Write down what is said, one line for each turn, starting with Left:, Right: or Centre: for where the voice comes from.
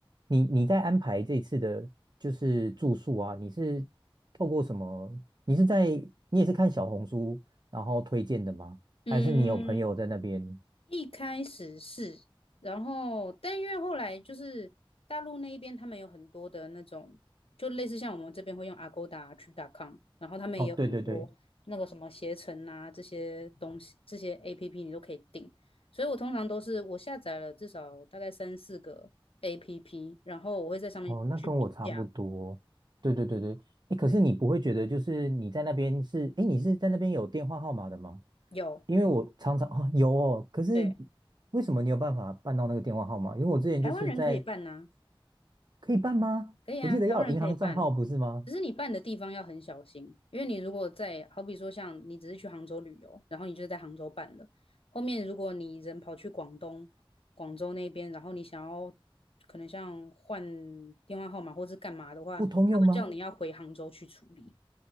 Right: 你你在安排这次的，就是住宿啊，你是透过什么？你是在你也是看小红书然后推荐的吗？
Left: 嗯，
Right: 还是你有朋友在那边？
Left: 一开始是，然后但因为后来就是大陆那一边，他们有很多的那种，就类似像我们这边会用 Agoda、Trip.com，然后他们也有很多那个什么携程啊这些东西，
Right: 哦，对对对，
Left: 这些 APP 你都可以订。所以我通常都是我下载了至少大概三四个 APP，然后我会在上面去比价。
Right: 哦，那跟我差不多。对对对对，哎，可是你不会觉得就是你在那边是，
Left: 对，
Right: 哎，你是在那边有电话号码的吗？
Left: 有，
Right: 因为我常常哦有哦，可是
Left: 对，
Right: 为什么你有办法办到那个电话号码？因为我之前就是在
Left: 台湾人可以办呐、
Right: 可以办吗？
Left: 可以啊，
Right: 我记得要有银行账号不是吗？
Left: 台湾人可以办，只是你办的地方要很小心，因为你如果在，好比说像你只是去杭州旅游，然后你就在杭州办了，后面如果你人跑去广东、广州那边，然后你想要可能像换电话号码或是干嘛的话，
Right: 不通用吗？
Left: 他会叫你要回杭州去处理。